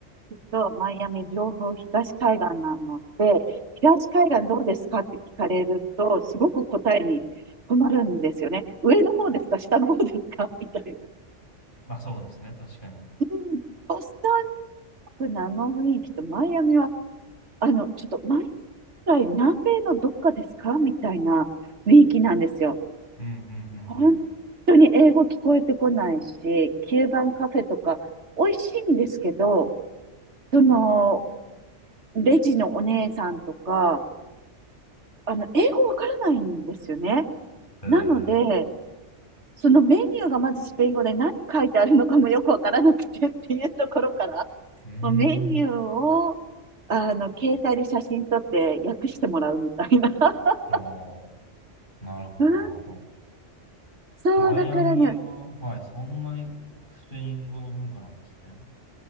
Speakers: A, on the right; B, on the left.
A: ークとマイアミ両方東海岸なので、東海岸どうですかって聞かれると、すごく答えに困るんですよね。上の方ですか下の方ですか <laughs> みたいな。
B: まあそうですね、確かに。
A: うんボストンのあの雰囲気とマイアミは、あの、ちょっと毎回南米のどっかですかみたいな雰囲気なんですよ。
B: うんうんうん
A: 本当に英語聞こえてこないし、キューバンカフェとか美味しいんですけど、その、レジのお姉さんとか、あの、英語わからないんですよね。
B: うん。
A: なので、
B: えー
A: そのメニューがまずスペイン語で何書いてあるのかもよくわからなくてっていうところから、
B: うー
A: もうメニューを、
B: ん。
A: あの、携帯で写真撮って訳してもらうみたいな。<laughs>
B: ああ、なるほど、
A: うん
B: なるほど。
A: そう、
B: マイアミは、
A: だからね、
B: はい、そんなにスペイン語の文化なんですね。